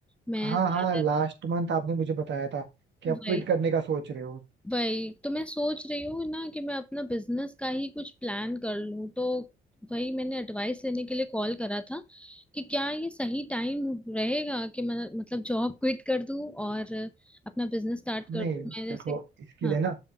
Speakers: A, in the centre; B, on the right.
A: मैं
B: हाँ
A: ज्यादा
B: हाँ लास्ट मंथ आपने मुझे बताया था कि
A: वही
B: आप क्विट करने का सोच रहे हो
A: वही तो मैं सोच रही हूँ ना कि मैं अपना बिजनेस का ही कुछ प्लान कर लूँ तो वही मैंने एडवाइस लेने के लिए कॉल करा था कि क्या ये सही टाइम रहेगा कि मैं मतलब जॉब क्विट कर दूँ और अपना बिजनेस स्टार्ट
B: नहीं
A: कर दूँ मैं जैसे
B: देखो इसके
A: हाँ
B: लिए ना